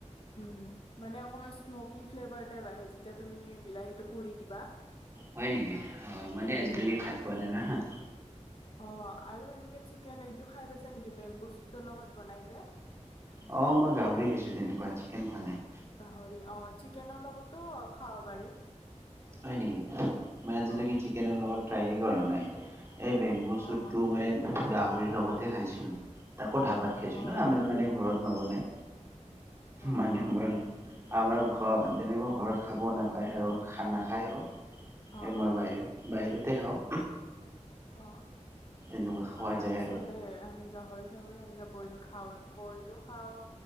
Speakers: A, on the left; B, on the right.
A: উ মানে অকমান স্মকি ফ্লেভাৰ টাইপ আহে যেতিয়া তুমি বিলাহীটো পুৰি দিবা
B: হয় নেকি অ মানে
A: উম,
B: আজিলৈকে খাই পোৱা নাই নহয়।
A: অ 'আৰু এনেকে চিকেন এইটো খাই পাইছা নেকি বেম্বু চুটৰ লগত বনাই যে।
B: আহ মই গাহৰি খাইছো তেনেকুৱা চিকেন খোৱা নাই
A: গাহৰি অ', চিকেনৰ লগতো খাব পাৰি
B: হয় নিকি মই আজিলৈকে
A: অ',
B: চিকেনৰ লগত ট্ৰাইয়ে কৰা নাই এই বেম্বু চুটটো
A: অ',
B: মই গাহৰিৰ লগতে খাইছিলো তাকো ধাবাত খাইছিলো
A: অ', অ',
B: আমাৰ মানে ঘৰত নবনাই
A: অ',
B: মানে মই আমাৰ তেনেকুৱা ঘৰত খাব নাপায় পায় আৰু খানা খায়ো
A: অ',
B: এই মই
A: অ',
B: বাহিৰ বাহিৰতে খাওঁ
A: অ
B: তেনেকুৱা খোৱা
A: 'আমাৰতো
B: যায় আৰু
A: চলে আমি গাহৰি এনেকে বইল খাওৱে বইলো খাওঁ।